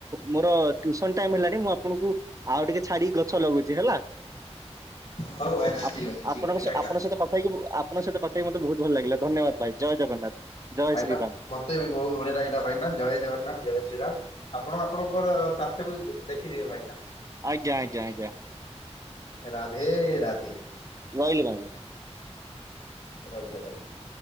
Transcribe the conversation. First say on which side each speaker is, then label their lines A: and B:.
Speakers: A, on the right (about 30°); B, on the left (about 65°).
A: ମୋର ଟ୍ୟୁସନ ଟାଇମ ହେଲାଣି ମୁଁ ଆପଣଙ୍କୁ ଆଉ ଟିକେ ଛାଡି ଗଛ ଲଗଉଛି ହେଲା।
B: ହଉ ଭାଇନା
A: ଆପ
B: ଠିକ ଅଛି ଠିକ
A: ଆପଣଙ୍କ
B: ଅଛି ଭାଇନା।
A: ଆପଣଙ୍କ ସହିତ କଥା ହୋଇକି ଆପ ଆପଣଙ୍କ ସହିତ କଥା ହୋଇକି ମତେ ବହୁତ ଭଲ ଲାଗିଲା। ଧନ୍ୟବାଦ ଭାଇ, ଜୟ ଜଗନ୍ନାଥ। ଜୟ
B: ଭାଇନା
A: ଶ୍ରୀରାମ।
B: ମତେ ବି ବହୁତ ବଢିଆ ଲାଗିଲା ଭାଇନା, ଜୟ ଜଗନ୍ନାଥ, ଜୟ ଶ୍ରୀରାମ। ଆପଣ ଆପଣଙ୍କର ସ୍ୱାର୍ଥକୁ ଦେଖିଥିବେ ଭାଇନା
A: ଆଜ୍ଞା ଆଜ୍ଞା ଆଜ୍ଞା।
B: ରାଧେ ରାଧେ।
A: ରହିଲି ଭାଇ।
B: ଜୟ ଜଗନ୍ନାଥ।